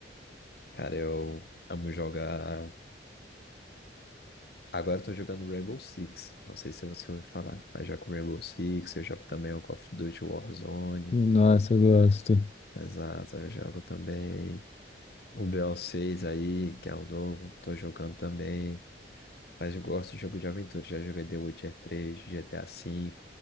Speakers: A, on the left; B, on the left.
A: Cara, eu amo jogar Agora eu tô jogando Rainbow Six. Não sei se você ouviu falar, mas já com Rainbow Six, eu jogo também o Call of Duty Warzone.
B: Nossa, eu gosto.
A: Exato, eu jogo também o BO6 aí, que é um novo, tô jogando também. Mas eu gosto de jogo de aventura, já joguei The Witcher 3, GTA V.